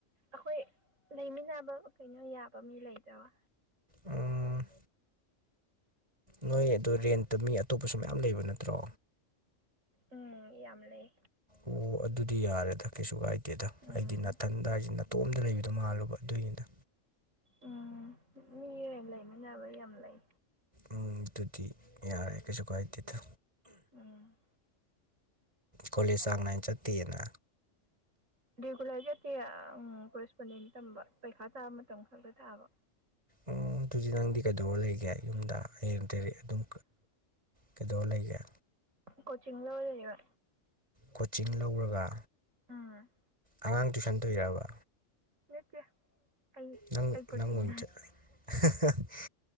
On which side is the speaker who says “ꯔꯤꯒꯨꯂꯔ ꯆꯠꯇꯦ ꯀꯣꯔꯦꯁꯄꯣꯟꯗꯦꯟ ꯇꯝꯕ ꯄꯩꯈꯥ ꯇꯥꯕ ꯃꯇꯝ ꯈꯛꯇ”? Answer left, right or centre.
Right